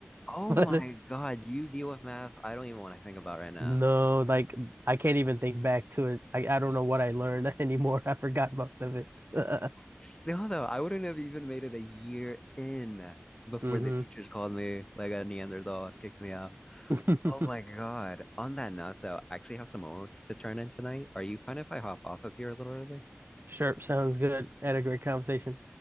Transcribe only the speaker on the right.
<laughs> But
no, like I can't even think back to it. I I don't know what I learned <laughs> anymore. I forgot most of it. <laughs>
hmm
<laughs>
Sure, sounds good. Had a great conversation.